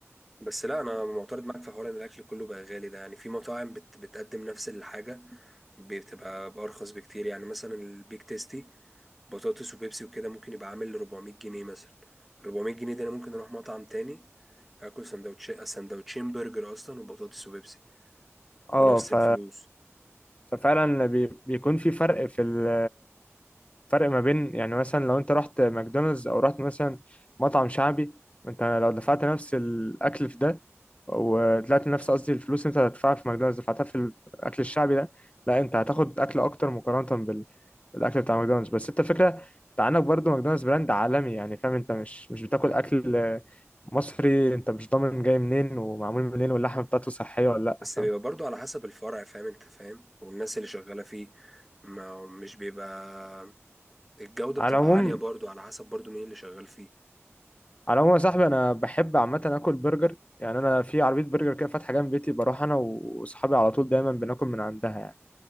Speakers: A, in the centre; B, on the left.
A: بس لا أنا معترض معاك في حوار إن الأكل كله بقى غالي ده يعني في مطاعم بت بتقدم نفس الحاجة بتبقى بأرخص بكتير يعني مثلا البيك تيستي بطاطس وبيبسي وكده ممكن يبقى عامل 400 جنيه مثلا 400 جنيه ده أنا ممكن أروح مطعم تاني آكل سندوتش سندوتشين برجر أصلا وبطاطس وبيبسي
B: أه
A: بنفس
B: ف...
A: الفلوس
B: ففعلا بي... بيكون في فرق في ال... فرق ما بين يعني مثلا لو انت رحت ماكدونالدز او رحت مثلا مطعم شعبي وانت لو دفعت نفس الاكل في ده وطلعت نفس قصدي الفلوس انت هتدفعها في ماكدونالدز دفعتها في الاكل الشعبي ده لا انت هتاخد اكل اكتر مقارنة بال- بالاكل بتاع ماكدونالدز بس انت فكرة انت عندك برضه ماكدونالدز براند عالمي يعني فاهم انت مش مش بتاكل اكل مصري انت مش ضامن جاي منين ومعمول منين واللحمة بتاعته صحية ولا لا
A: بس
B: فاهم
A: بيبقى برضو على حسب الفرع فاهم أنت فاهم والناس اللي شغالة فيه ما مش بيبقى الجودة
B: على
A: بتبقى
B: العموم
A: عالية برضو على حسب برضو مين اللي شغال فيه
B: على العموم يا صاحبي انا بحب عامه اكل برجر يعني انا في عربيه برجر كده فاتحه جنب بيتي بروح انا واصحابي على طول دايما بناكل من عندها يعني